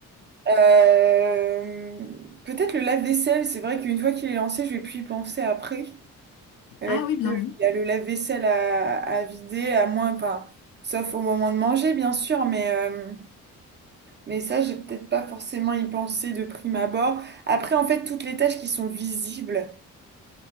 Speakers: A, on the right; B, on the left.
A: Euh, peut-être le lave-vaisselle. C'est vrai qu'une fois qu'il est lancé, je vais plus y penser après. Euh,
B: Ah oui, bien
A: que-
B: vu.
A: il y a le lave-vaisselle à, à vider, à moins, enfin, sauf au moment de manger, bien sûr, mais euh, mais ça, j'ai peut-être pas forcément y pensé de prime abord. Après, en fait, toutes les tâches qui sont visibles,